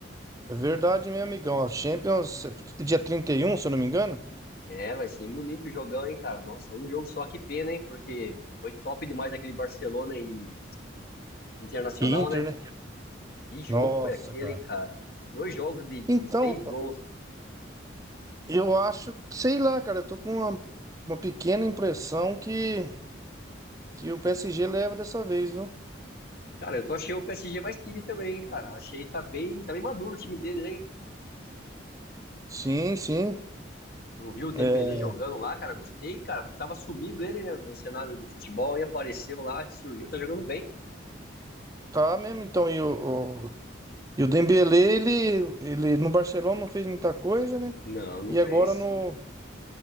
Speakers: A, on the right; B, on the left.
A: é verdade, meu amigão. A Champions, é dia 31 se eu não me engano?
B: É, vai ser em Munique o jogão, hein, cara? Nossa, um jogo só, que pena, hein? Porque foi top demais aquele Barcelona e Internacional,
A: E Inter,
B: né?
A: né?
B: Que jogo
A: Nossa,
B: foi aquele,
A: cara.
B: hein, cara? Dois jogos de, de
A: Então,
B: seis
A: rapaz,
B: gols.
A: eu acho, que- sei lá, cara, eu tô com uma, uma pequena impressão que, que o PSG leva dessa vez, viu?
B: Cara, eu tô achei o PSG mais time também, cara. Achei tá bem, tá bem maduro o time deles, hein?
A: Sim, sim.
B: Eu vi o Dembélé
A: É,
B: jogando lá, cara, gostei, cara. Tava sumido ele, né, no cenário do futebol e apareceu lá, surgiu, tá jogando bem.
A: tá mesmo, então, e o, E o Dembélé, ele, ele no Barcelona não fez muita coisa, né?
B: Não, não
A: E
B: fez.
A: agora no.
B: isso.